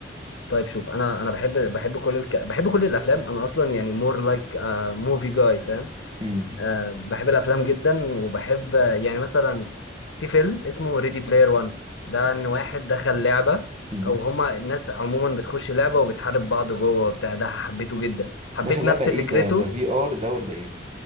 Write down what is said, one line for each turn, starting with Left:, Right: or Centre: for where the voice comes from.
Left: طيب شوف أنا أنا بحب بحب كل الك... بحب كل الأفلام أنا أصلا يعني more like a movie guy فاهم
Right: امم
Left: أه بحب الأفلام جدا وبحب آه، يعني مثلا في فيلم اسمه Ready Player One ده إن واحد دخل لعبة
Right: أمم.
Left: أو هما الناس عموما بتخش لعبة وبتحارب بعض جوه وبتاع ده حبيته جدا حبيت
Right: داخل
Left: نفس
Right: لعبه ايه
Left: فكرته
Right: ده ده في ار ده ولا ايه